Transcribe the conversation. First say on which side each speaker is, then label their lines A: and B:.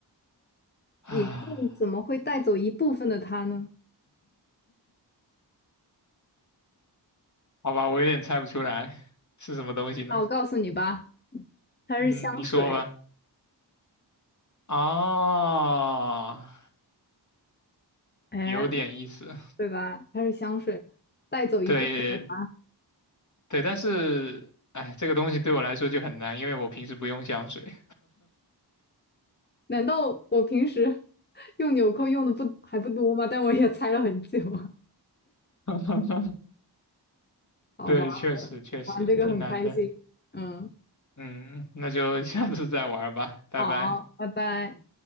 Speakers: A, on the left (about 45°); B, on the left (about 25°).
A: <sighs>
B: 眼镜怎么会带走一部分的它呢？
A: 啊，好吧，我有点猜不出来是什么东西呢。
B: 那我告诉你吧，它是香水，
A: 嗯，你说吧。啊，
B: 哎，
A: 有点意思。
B: 对吧？它是香水，带走一部分。
A: 对
B: 的。
A: 对，但是，哎，这个东西对我来说就很难，因为我平时不用香水。
B: 难道我平时 <laughs> 用纽扣用的不还不多吗？但我也猜了很久啊
A: <laughs>
B: <laughs> 好吧，
A: 对，确实确实挺难的。
B: 玩这个很开心。嗯，
A: 嗯，那就下次再玩吧，拜拜。
B: 好，拜拜。